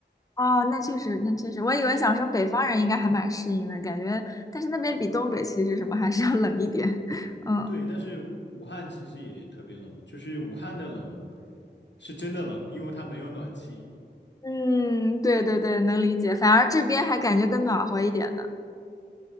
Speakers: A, on the left; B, on the left.
A: 哦，那确实，那确实，我以为想说北方人应该还蛮适应的感觉，但是那边比东北其实什么还是要冷一点。<laughs> 嗯
B: 对，但是武汉其实也特别冷，就是武汉的冷是真的冷，因为它没有暖气，
A: 嗯，对对对，能理解。反而这边还感觉更暖和一点呢。